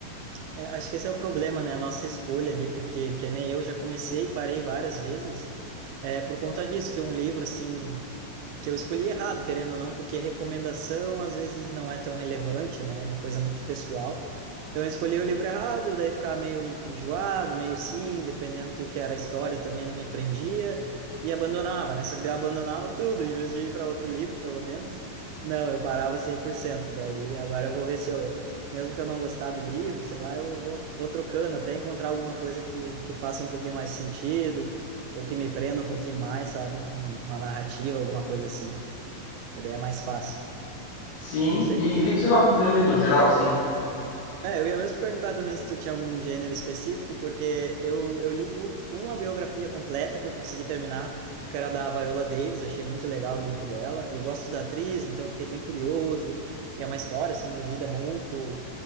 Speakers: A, on the right; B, on the left.
A: É, acho que esse é o problema, né? A nossa escolha ali, porque que nem eu já comecei e parei várias vezes, é por conta disso, que um livro, assim, que eu escolhi errado, querendo ou não, porque recomendação às vezes não é tão relevante, né? É uma coisa muito pessoal. Então eu escolhi o livro errado, daí ficava meio enjoado, meio sim, dependendo do que que era a história, também não me prendia e abandonava, né? Só que daí eu abandonava tudo, em vez de ir para outro livro, pelo menos. Não, eu parava 100%. Daí agora eu vou ver se eu mesmo que eu não gostar do livro, sei lá, eu vou, vou trocando até encontrar alguma coisa que, que faça um pouquinho mais sentido, ou que me prenda um pouquinho mais, sabe? Um, Uma narrativa, alguma coisa assim, que daí é mais fácil.
B: Sim,
A: Não sei.
B: e o que, que você gosta de ler no geral, assim?
A: É, eu ia mesmo perguntar também se tu tinha algum gênero específico, porque eu, eu li du- uma biografia completa que eu consegui terminar, que era da Viola Davis, achei muito legal o livro dela. Eu gosto da atriz, então eu fiquei bem curioso. E é uma história, assim, de vida muito